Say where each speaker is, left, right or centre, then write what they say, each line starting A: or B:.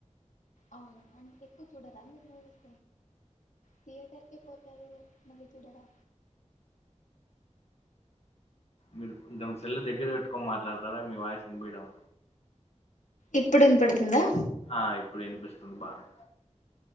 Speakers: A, on the left; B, on the left.
A: అవునా అం ఎక్కువ చూడరా మీరు మూవీస్ థియేటర్కే పోతారు మళ్ళి చూడరా
B: మీరు కొంచెం సెల్లు దెగ్గిర పెట్టుకోని మాట్లాడతారా మీ వాయిస్ ఇన్బీడం
A: ఇప్పుడిన్పడుతుందా
B: ఆ ఇప్పుడు ఇనిపిస్తుంది బాగా